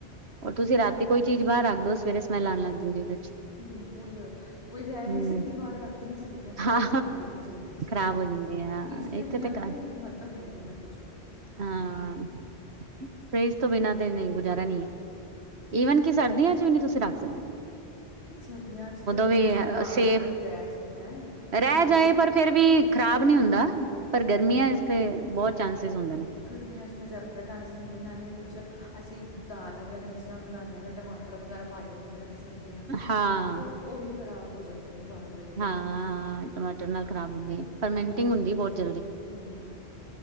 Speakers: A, on the right (about 70°); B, on the left (about 70°).
A: ਹੋਰ ਤੁਸੀਂ ਰਾਤੀ ਕੋਈ ਚੀਜ਼ ਬਾਹਰ ਰੱਖਦਓ ਸਵੇਰੇ ਸਮੈਲ ਆਉਣ ਲੱਗ ਜਾਗੀ ਉਹਦੇ ਚ
B: ਬਿਲਕੁਲ ਕੋਈ ਰਹਿ
A: ਹੂੰ।
B: ਨਹੀਂ ਸਕਦੀ ਬਾਹਰ ਰੱਖੀ ਨਹੀਂੀ ਸਕਦੀ ਦੀ ਖ਼ਰਾਬ
A: ਹਾਂ,
B: ਹੋ ਜਾਂਦੀਆਂ ਇੰਨੀ ਜਲਦੀ ਚੀਜ਼
A: ਖ਼ਰਾਬ ਹੋ ਜਾਂਦੀ ਐ ਹਾਂ
B: ਫਰਿੱਜ ਦੇ
A: ਇੱਥੇ
B: ਬਿਨਾਂ
A: ਤੇ ਘਰ
B: ਤਾਂ ਮਤਲਬ ਹੈ ਹੀ ਨਹੀਂ ਨਾ ਕੁਛ
A: ਹਾਂ ਫਰਜ਼ ਤੋਂ ਬਿਨਾਂ ਤੇ ਨਹੀਂ ਗੁਜ਼ਾਰਾ ਨਹੀਂੀ ਹੈ ਈਵਨ ਕਿ ਸਰਦੀਆਂ ਚ ਵੀ ਨਹੀਂੀ ਤੁਸੀਂ ਰੱਖ ਸਕ
B: ਅਤੇ ਸਰਦੀਆਂ 'ਚ ਤਾਂ ਦੁੱਧ
A: ਵੀ
B: ਚਲੋ ਬਾਹਰ
A: ਸੇਫ
B: ਰਹਿ ਸਕਦਾ ਹੈ ਕੁਛ
A: ਰਹਿ ਜਾਏ
B: ਅਸੀਂ
A: ਪਰ ਫੇਿਰ ਵੀ ਖ਼ਰਾਬ ਨਹੀਂ ਹੁੰਦਾ, ਪਰ ਗਰਮੀਆਂ
B: ਹਾਂ ਹਾਂ
A: ਇਸਤੇ ਬਹੁਤ ਚਾਂਸਿਸ ਹੁੰਦੇ ਨੇ।
B: ਗਰਮੀਆਂ 'ਚ ਤਾਂ ਜ਼ਿਆਦਾ ਚਾਂਸਿਸ ਹੁੰਦੇ, ਨਾਲੇ ਕੁਛ ਅਸੀਂ ਦਾਲ ਵਗੈਰਾ ਜਿਸ ਤਰ੍ਹਾਂ ਬਨਾਨੇ ਰਹੇ ਹਾਂ ਤਾਂ ਟਮਾਟਰ। ਟਰ ਵਗੈਰਾ ਪਾਏ ਹੋਦੇ ਆ, ਸਬਜ਼ੀਆਂ 'ਚ
A: ਹਾਂ।
B: ਤਾਂ ਉਹ ਵੀ ਖ਼ਰਾਬ ਹੋ ਜਾਂਦੇ ਬਾਹਰ। ਪਏ ਪਈ
A: ਹਾਂ ਟਮਾਟਰ ਨਾਲ ਖਰਾਬ ਹੁੰਦੇ ਫਰਮੈਂਟਿੰਗ ਹੁੰਦੀ ਬਹੁਤ ਜਲਦੀ।
B: ਹਮ।